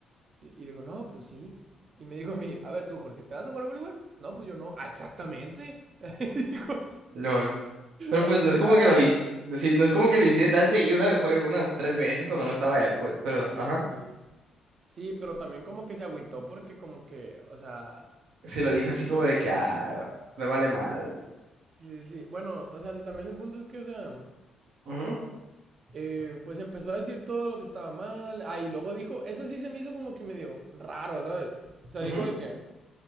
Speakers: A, on the right; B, on the right.
A: Y, y digo, no, pues sí. Y me dijo a mí, a ver tú, Jorge, ¿te vas a jugar a voleibol? No, pues yo no. Ah, exactamente. <laughs> Y dijo,
B: LOL. Pero
A: así,
B: pues no es
A: o
B: como
A: sea,
B: que lo hice, sí, no es como que lo hice tan seguido, ¿sabes? Fue unas tres veces cuando no estaba él, pues, pero,
A: sí,
B: ajá.
A: sí. Sí, pero también como que se agüitó porque como que, o sea,
B: Sí, lo dijo así
A: yo,
B: como de que, ah, me vale madre.
A: sí, sí, sí. bueno, o sea, el- también el punto es que, o sea,
B: Ujú,
A: eh, pues empezó a decir todo lo que estaba mal. Ah, y luego dijo, eso sí se me hizo como que medio raro, ¿sabes? O sea,
B: ujú.
A: dijo de que,